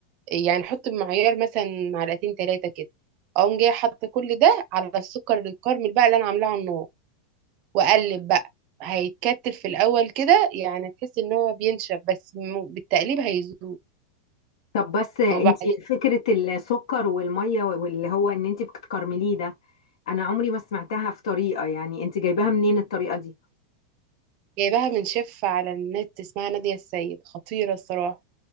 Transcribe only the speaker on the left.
طب بس آه،
انت فكرة السكر والمية واللي هو ان انت بتكرمليه ده انا عمري ما سمعتها في طريقة يعني انت جايباها منين الطريقة دي